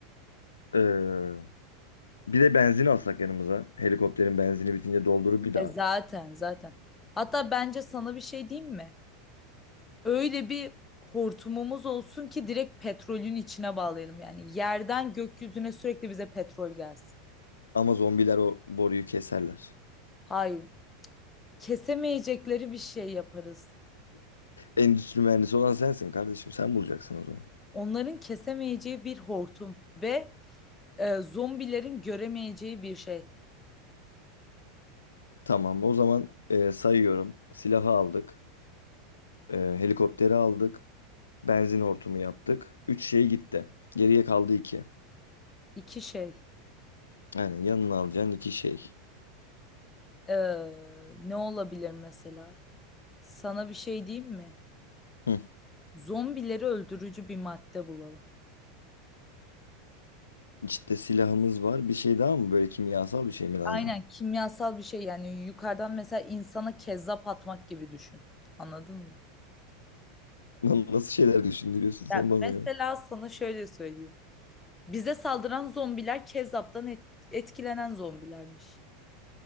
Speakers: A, on the left (about 80°); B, on the left (about 20°).
A: Ee, bir de benzin alsak yanımıza. Helikopterin benzini bitince doldurup bir daha.
B: E zaten zaten. Hatta bence sana bir şey diyeyim mi? Öyle bir hortumumuz olsun ki direkt petrolün içine bağlayalım. Yani yerden gökyüzüne sürekli bize petrol gelsin.
A: Ama zombiler o boruyu keserler.
B: Hayır, kesemeyecekleri bir şey yaparız.
A: Endüstri mühendisi olan sensin kardeşim. Sen bulacaksın o zaman.
B: Onların kesemeyeceği bir hortum ve e, zombilerin göremeyeceği bir şey.
A: Tamam o zaman e, sayıyorum. Silahı aldık. E, helikopteri aldık. Benzin hortumu yaptık. üç şey gitti. Geriye kaldı iki
B: İki şey.
A: Yani yanına alacağın 2 şey.
B: E, ne olabilir mesela? Sana bir şey diyeyim mi?
A: Hı.
B: Zombileri öldürücü bir madde bulalım.
A: İşte silahımız var. Bir şey daha mı? Böyle kimyasal bir şey mi lazım?
B: Aynen kimyasal bir şey yani yukarıdan mesela insana kezzap atmak gibi düşün. Anladın mı?
A: Lan nasıl şeyler düşündürüyorsun sen
B: Ya
A: bana
B: mesela
A: ya?
B: sana şöyle söyleyeyim. Bize saldıran zombiler Kezzap'tan et- etkilenen zombilermiş.